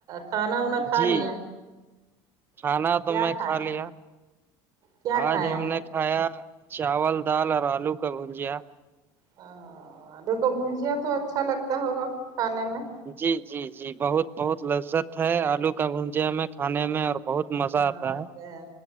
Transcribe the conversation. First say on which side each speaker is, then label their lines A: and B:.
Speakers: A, on the right; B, on the right.
A: کھانا وانا کھا
B: جی
A: لیے
B: کھانا تو
A: کیا
B: میں
A: کھائیں
B: کھا لیا
A: کیا
B: آج
A: کھائیں
B: ہم نے کھایا چاول دال اور آلو کا بجیا
A: ہ اد کبویا تو اچھا لگتا ہوگا کھانے میں
B: جی جی جی بہت بہت لذت ہے آلو کا بجیا میں کھانے میں اور بہت مزہ
A: ہاں
B: آتا
A: اوکے
B: ہے